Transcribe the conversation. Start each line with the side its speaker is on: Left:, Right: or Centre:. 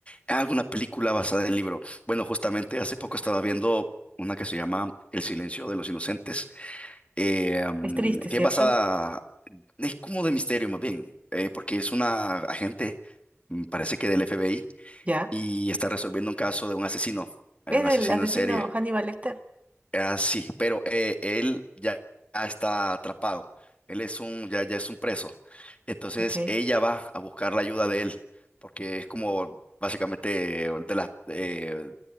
Left: ah, alguna película basada en libro. Bueno, justamente hace poco estaba viendo una que se llama El silencio de los inocentes, eh, mm,
Right: Es triste,
Left: que
Right: ¿cierto?
Left: es basada, es como de misterio más bien, eh, porque es una agente, mm, parece que del FBI,
Right: Ya.
Left: y está resolviendo un caso de un asesino. Hay
Right: Es
Left: un
Right: del
Left: asesino
Right: asesino
Left: en serie
Right: Hannibal Lecter.
Left: Ah, sí, pero eh, él ya está atrapado. Él es un, ya, ya es un preso. Entonces
Right: Ok.
Left: ella va a buscar la ayuda de él, porque es como básicamente de las, eh,